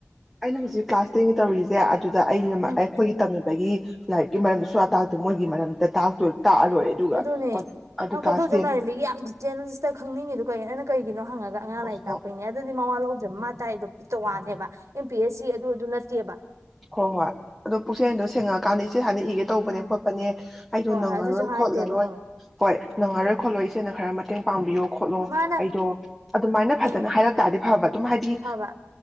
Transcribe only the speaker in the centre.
ꯑꯩꯅ ꯃꯁꯤ ꯀ꯭ꯂꯥꯁ ꯇꯦꯟꯒꯤ ꯇꯧꯔꯤꯁꯖꯦ ꯑꯗꯨꯗ ꯑꯩ
ꯑꯈꯣꯏꯒꯤ ꯇꯝꯃꯤꯕꯒꯤ ꯂꯥꯏꯔꯤꯛꯀꯤ ꯃꯔꯝꯗ ꯁꯨꯡꯇꯥꯛ ꯇꯥꯛꯇꯦ ꯃꯣꯏꯒꯤ ꯃꯔꯝꯗ ꯇꯥꯛꯇꯣ ꯇꯥꯛꯑ ꯂꯣꯏꯔꯦ ꯑꯗꯨꯒ
ꯑꯗꯨ
ꯀ꯭ꯂꯥꯁ
ꯇꯦꯟ
ꯑꯣ
ꯍꯣ ꯍꯣꯏ ꯑꯗꯣ ꯄꯨꯛꯆꯦꯟꯗꯣ ꯁꯦꯡꯉꯛꯑꯀꯥꯟꯗ ꯏꯁꯦ ꯍꯟꯅ ꯏꯒꯦ ꯇꯧꯕꯅꯦ
ꯈꯣꯠꯄꯅꯦ ꯑꯩꯗꯣ
ꯅꯪꯉꯔꯣꯏ
ꯈꯣꯠꯂꯔꯣꯏ
ꯍꯣꯏ ꯅꯪꯉꯔꯣꯏ ꯈꯣꯠꯂꯣꯏ ꯏꯆꯦꯅ ꯈꯔ ꯃꯇꯦꯡ ꯄꯥꯡꯕꯤꯌꯣ ꯈꯣꯠꯂꯣ
ꯑꯩꯗꯣ ꯑꯗꯨꯃꯥꯏꯅ
ꯐꯖꯟꯅ ꯍꯥꯏꯔꯛꯇ ꯑꯣꯏꯗꯤ ꯐꯕ ꯑꯗꯨꯝ ꯍꯥꯏꯗꯤ